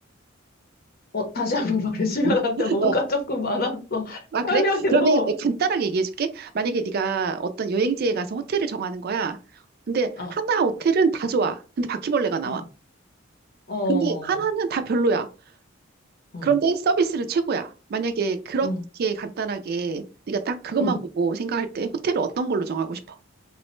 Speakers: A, on the left; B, on the right.
A: 어, 다시 한번 <laughs> 말해주면
B: 응?
A: 안 돼. 뭔가
B: 어,
A: 조금 많았어. <laughs>
B: 아, 그래?
A: 설명이
B: 그러면
A: 너무.
B: 내가 간단하게 얘기해 줄게. 만약에 네가 어떤 여행지에 가서 호텔을 정하는 거야. 근데
A: 아,
B: 하나 호텔은 다 좋아. 근데 바퀴벌레가 나와.
A: 응, 어,
B: 근데 하나는 다 별로야.
A: 응,
B: 그런데 서비스는 최고야. 만약에 그렇게
A: 응,
B: 간단하게 네가 딱 그것만
A: 응.
B: 보고 생각할 때 호텔을 어떤 걸로 정하고 싶어?